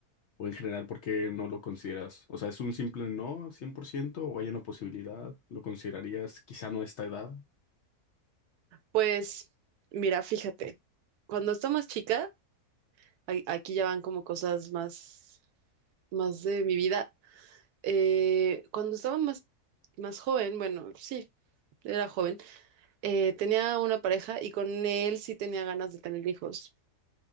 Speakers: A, on the left; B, on the right.
A: o en general, ¿por qué no lo consideras? O sea, ¿es un simple no 100% o hay una posibilidad? ¿Lo considerarías quizá no a esta edad? <laughs>
B: Pues mira, fíjate, cuando estaba más chica, ay- aquí ya van como cosas más, más de mi vida. eh, cuando estaba más, más joven, bueno, sí, era joven, eh, tenía una pareja y con él sí tenía ganas de tener hijos.